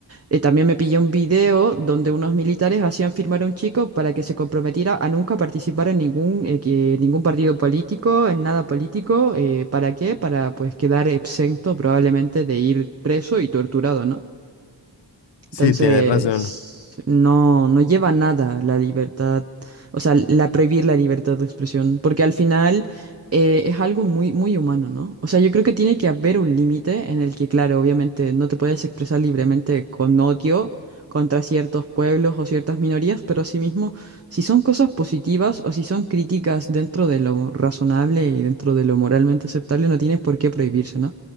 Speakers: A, on the right; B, on the left.
A: eh, también me pilló un video donde unos militares hacían firmar a un chico para que se comprometiera a nunca participar en ningún, eh, que- ningún partido político, en nada político, eh, ¿para qué? Para pues quedar exento probablemente de ir preso y torturado, ¿no? Entonces,
B: sí, tienes razón.
A: no, no lleva a nada la libertad, o sea, la prohibir la libertad de expresión, porque al final eh, es algo muy, muy humano, ¿no? O sea, yo creo que tiene que haber un límite en el que, claro, obviamente no te puedes expresar libremente con odio contra ciertos pueblos o ciertas minorías, pero asimismo, si son cosas positivas o si son críticas dentro de lo razonable y dentro de lo moralmente aceptable, no tienes por qué prohibirse, ¿no?